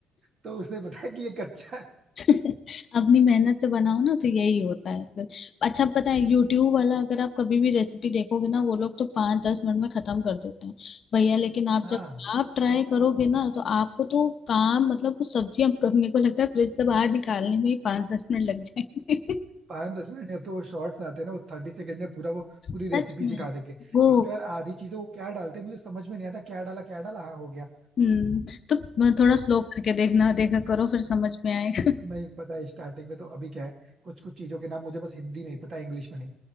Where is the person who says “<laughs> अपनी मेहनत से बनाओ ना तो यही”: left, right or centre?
Left